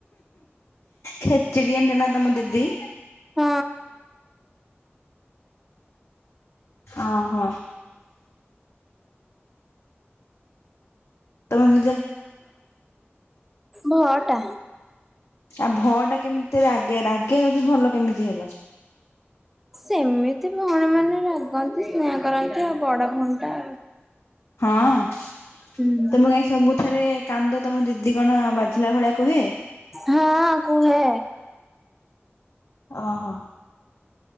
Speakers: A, on the left; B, in the centre.
A: ଖେଚିଡିଆଣି ଟା ନା ତମ ଦିଦି।
B: ହଁ।
A: ଅ ହ। ତମ। <unintelligible>
B: ଭ ଟା।
A: ଆଉ ଭ ଟା କେମିତି ରାଗେ ରାଗେ ଯଦି ଭଲ କେମିତି ହେଲା।
B: ସେମିତି ଭଉଣୀ ମାନେ ରାଗନ୍ତି ସ୍ନେହ କରନ୍ତି ଆଉ ବଡ ଭଉଣୀ ଟା।
A: ହଁ, ତମେ
B: ହୁଁ
A: କାଇଁ ସବୁଥରେ କାନ୍ଦ ତମ ଦିଦି କଣ ବାଧିଲା ଭଳିଆ କୁହେ?
B: ହଁ କୁହେ।
A: ଅ ହ।